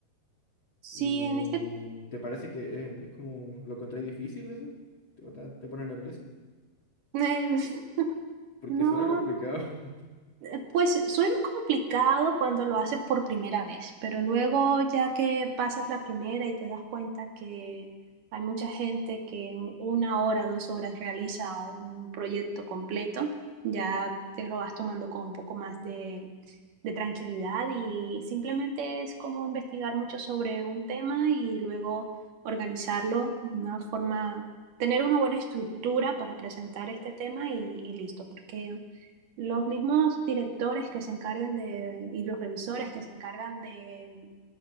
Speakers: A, on the right (about 55°); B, on the left (about 35°).
A: Sí,
B: ¿Y
A: en este...
B: te parece que eh, es como lo encontré difícil eso? ¿Te, te- te pone nervioso?
A: <laughs>
B: Porque
A: No,
B: suena complicado. <laughs>
A: eh, Pues suena complicado cuando lo haces por primera vez, pero luego ya que pasas la primera y te das cuenta que hay mucha gente que en una hora, dos horas realiza un proyecto completo, ya te lo vas tomando con un poco más de, de tranquilidad y simplemente es como investigar mucho sobre un tema y luego organizarlo de una forma, tener una buena estructura para presentar este tema y, y listo, porque los mismos directores que se encargan de, y los revisores que se encargan de